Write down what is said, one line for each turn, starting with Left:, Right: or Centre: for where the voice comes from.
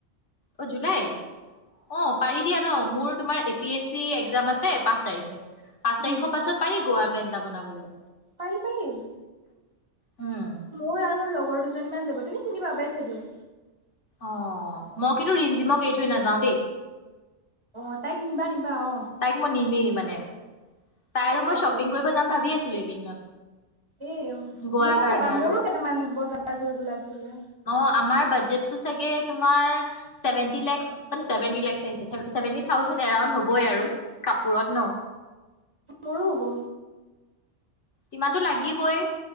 Left: অ জুলাইত অ পাৰি দিয়া ন মোৰ তোমাৰ A P S C exam আছে পাঁচ তাৰিখে পাঁচ
Right: উম
Left: তাৰিখৰ পাছত পাৰি গুৱাত প্লেনএটা বনাবলে
Right: পাৰি পাৰি
Left: উম,
Right: মোৰ আৰু লগ লগৰ দুজনীমান যাব তুমি চিনি পাবাই চাগে
Left: অ মই কিন্তু ৰিম জিমক এৰি থৈ নাযাওঁ দেই
Right: অ তাইক নিবা নিবা অ
Left: তাইক মই নিমেই মানে তাই
Right: তাইক
Left: আৰু মই
Right: লাগিব
Left: শ্বপিং কৰিব যাম ভাবি আছিলো এইকেইদিনত
Right: এ
Left: গোৱাৰ
Right: মোকো
Left: কাৰণে
Right: কবা
Left: আৰু।
Right: মোৰো কেইটামান বজাৰ কৰিবলৈ আছিলে
Left: অ, আমাৰ বাজেটটো চাগে তোমাৰ চেভেনটি লেক্স চেভেনটি লেক্স আহিছে চেভেনটি থাউজেণ্ড এৰাউণ্ড হ'বই আৰু কাপোৰত ন
Right: মোৰো হ'ব
Left: কিমানতো লাগিবই